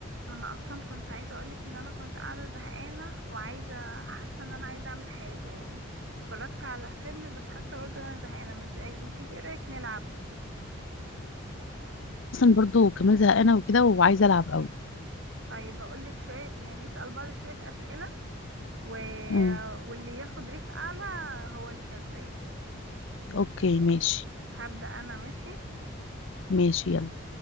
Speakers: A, on the right; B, on the left.
A: ما انا اصلا كنت عايزه اقولك ان انا كنت قاعده زهقانه وعايزه حاسه ان انا عايزه اعمل حاجه يعني اتفرجت على فيلم بس حاسه برضه انا زهقانه ما, ت... ما تيجي ايه رايك نلعب
B: اصلا برضو كمان زهقانه وكده وعايزه العب قوي
A: طيب اقولك شويه يعني نسال بعض شويه اسئله و...
B: امم
A: واللي ياخد ريت اعلى هو اللي كسبان
B: اوكي ماشي
A: هبدا انا ماشي
B: ماشي يلا